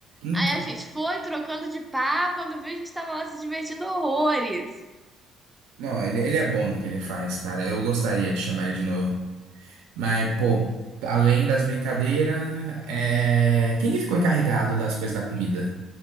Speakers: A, on the right; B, in the centre.
A: Então,
B: Aí a gente foi trocando de par, quando viu, a gente tava lá se divertindo horrores.
A: não, ele, ele é bom no que ele faz, cara. Eu gostaria de chamar ele de novo. Mas, pô, além das brincadeiras, é, quem que ficou encarregado das coisas da comida?